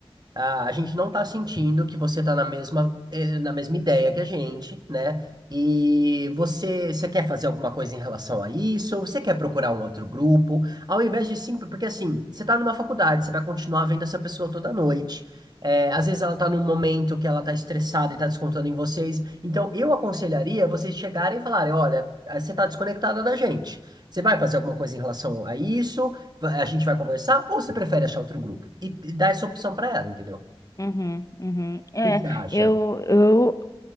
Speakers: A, on the right; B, on the left.
A: a, a gente não tá sentindo que você tá na mesma, eh, na mesma ideia que a gente, né? E você, você quer fazer alguma coisa em relação a isso? Ou você quer procurar um outro grupo? Ao invés de simples, porque assim, você tá numa faculdade, você vai continuar vendo essa pessoa toda noite. É, às vezes ela tá num momento que ela tá estressada e tá descontando em vocês. Então, eu aconselharia vocês chegarem e falarem, olha, eh, você tá desconectada da gente. Você vai fazer alguma coisa em relação a isso? va- a gente vai conversar ou você prefere achar outro grupo? E, e dar essa opção pra ela, entendeu? O
B: Uhum, uhum. É,
A: que que você acha?
B: eu, eu.